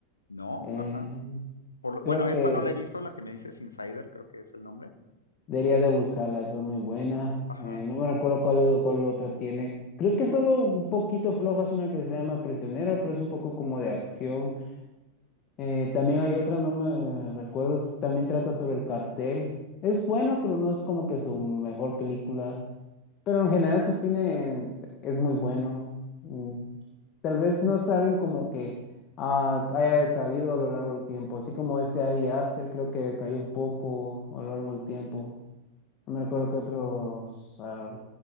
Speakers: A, on the left (about 80°); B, on the left (about 35°).
A: ¿No?
B: Eh,
A: Ajá. Por lo- bueno,
B: creo
A: esta
B: que...
A: no la he visto, la que me dices Insider, creo que es el nombre.
B: Debería de buscarla, esa es muy buena.
A: Ajá.
B: Eh, no me recuerdo cuál, cuál otra tiene. Creo que solo un poquito floja es una que se llama Prisionero, pero es un poco como de acción. Eh, también hay otra, no me recuerdo, es- también trata sobre el cartel. Es buena, pero no es como que su mejor película. Pero en general su cine es muy bueno. Mm, Tal vez no es alguien como que ah, haya decaído a lo largo del tiempo. Así como este Ari Aster creo que decayó un poco a lo largo del tiempo. No recuerdo que otros, ar-